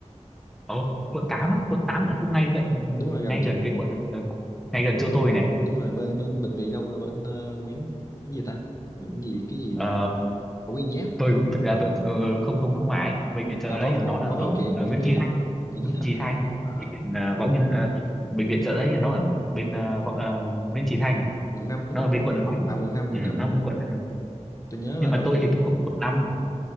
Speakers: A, in the centre; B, on the left.
A: ờ quận tám
B: À,
A: á quận tám
B: đúng,
A: là cũng ngay gần
B: đúng rồi gần
A: ngay gần
B: chị
A: cái quận ờ, ngay gần chỗ tôi này
B: đúng rồi bên bên bệnh viện ông là bên ờ, Nguyễn cái gì ta bệnh gì cái gì
A: Ờ,
B: Võ Nguyên Giáp
A: tôi cũng thực ra
B: Ủa?
A: tôi cũng không không không không phải bệnh viện chợ
B: à,
A: đấy
B: Võ Võ
A: nó là ở,
B: Võ Văn Kiệt
A: ở
B: Võ
A: Nguyễn
B: Văn
A: Chí
B: Kiệt
A: Thanh
B: Nguyễn
A: Nguyễn
B: Chí Thanh
A: Chí
B: à,
A: Thanh
B: à
A: bệnh viện ờ, Võ Nguyên ờ, bệnh viện chợ đấy nó ở bên ờ, Võ, ờ, Nguyễn Chí Thanh
B: quận 5 đúng
A: nó
B: không
A: ở bên quận năm
B: à quận năm
A: ừ,
B: quận năm
A: nó ở bên quận năm
B: tôi nhớ
A: nhưng
B: là
A: mà
B: đối
A: tôi
B: diện
A: thì tôi không quận năm